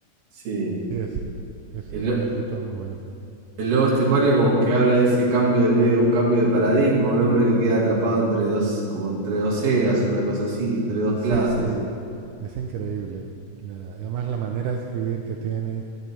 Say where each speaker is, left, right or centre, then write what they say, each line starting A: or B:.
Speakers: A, on the right; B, on the right.
A: sí.
B: Sí, es, es-
A: El,
B: era
A: lo-
B: un escritor muy bueno.
A: el lobo estepario como que habla de ese cambio de medio, un cambio de paradigma, un hombre que queda atrapado entre dos, como entre dos eras, una cosa así, entre dos
B: Sí,
A: clases.
B: sí, es increíble. La- además, la manera de escribir que tiene,